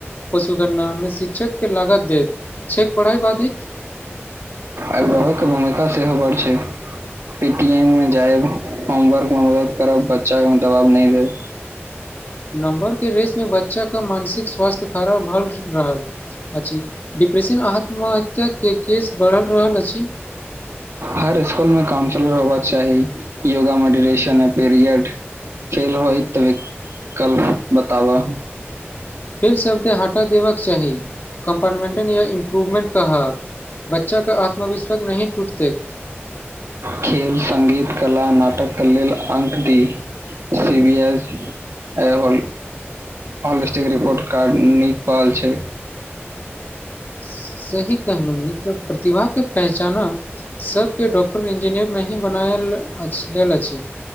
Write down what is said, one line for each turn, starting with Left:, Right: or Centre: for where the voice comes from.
Left: पशुगणना मे शिक्षक के लागत देत छैेक पढ़ाई बाधित
Right: अभिभावकके भूमिका सेहो बड्ड छै पेटीएम मे जायब होमवर्क मे मदद करब बच्चा एहिमे दबाब नहि देब
Left: नंबर के रेस मे बच्चा क मानसिक स्वास्थ्य खराब भल रहल अछि डिप्रेशन आ आत्महत्या के केस बढ़ल रहल अछि
Right: हर स्कुल मे काउंसलर होबाक चाही योगा मेडिटेशन पीरियड फेल होइ त विकल्प बताबअ
Left: फेल शब्द हटा देबाक चाही कम्पार्टमेंटल या इम्प्रूवमेंट कहक बच्चा क आत्मविश्वास नहिं टूटते
Right: खेल संगीत कला नाटक क लेल अंक दी सिबी एस ए होल हॉलिस्टिक रिपोर्ट कार्ड नै परल छै
Left: सही कहलहुँ मित्र प्रतिभा के पहचान सभके डॉक्टर इंजीनियर नहि बनायल अछि